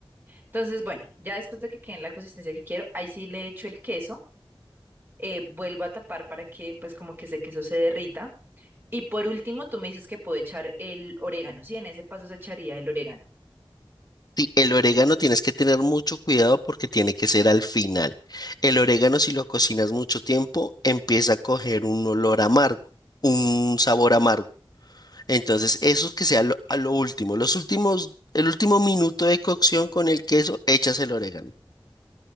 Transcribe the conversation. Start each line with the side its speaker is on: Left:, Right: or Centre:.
Right: Entonces, bueno, ya después de que quede en la consistencia que quiero, ahí sí le echo el queso, eh, vuelvo a tapar para que pues como que ese queso se derrita. Y por último, tú me dices que puedo echar el orégano, sí, en ese paso se echaría el orégano.
Left: Sí, el orégano tienes que tener mucho cuidado porque tiene que ser al final. El orégano, si lo cocinas mucho tiempo, empieza a coger un olor amargo, un sabor amargo. Entonces, eso que sea lo, a lo último, los últimos, el último minuto de cocción con el queso, echas el orégano.